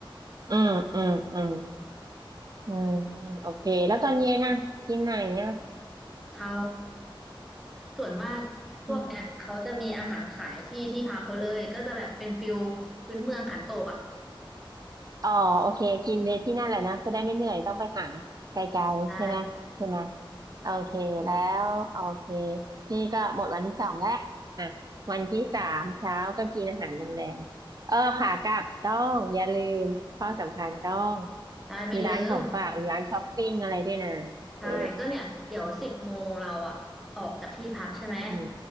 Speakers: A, on the right; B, in the centre.
A: มอืมอืมอืมอืมโอเคแล้วตอนเย็นนะกินไหนเนี่ย
B: เขาส่วนมากพวกเนี้ยเขาจะมีอาหารขายที่ที่พักเขาเลยก็จะแบบเป็นฟิลพื้นเมืองขันโตกอ่ะ
A: อืม อ๋อโอเคกินเลยที่นั่นแหละนะจะได้ไม่เหนื่อยต้องไปหาไกลๆใช่ไหมใช่ไหม
B: ใช่
A: โอเคแล้วโอเคนี่ก็หมดวันที่สองแล้วอ่ะวันที่สามเช้าก็กินอาหารโรงแรมเออขากลับต้องอย่าลืมข้อสำคัญต้อง
B: ได้ไม่เลิม
A: มีร้านของฝากหรือร้านช้อปปิ้งอะไรด้วยนะ
B: ใช่ก็เนี่ยเดี๋ยวสิบโมงเราอะออกจากที่พักใช่ไหม
A: เอออืม